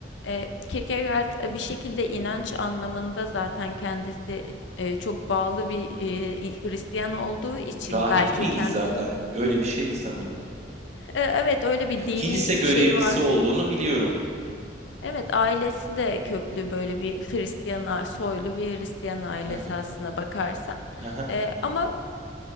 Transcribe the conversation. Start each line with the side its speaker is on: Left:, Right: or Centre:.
Left: eee, Kierkegaard, eee, bir şekilde inanç anlamında zaten kendisi Eee, çok bağlı bir, eee, Hristiyan olduğu için
Right: Rahip
Left: belki
Right: miydi
Left: kendi
Right: zaten? Öyle bir şeydi sanırım.
Left: evet, öyle bir
Right: Ya,
Left: dini
Right: kilise görevlisi
Left: şeyi var.
Right: olduğunu biliyorum.
Left: Evet, ailesi de köklü böyle bir Hristiyan a soylu bir Hristiyan ailesi
Right: Hı hı,
Left: aslına bakarsan.
Right: hı hı.
Left: Eee, ama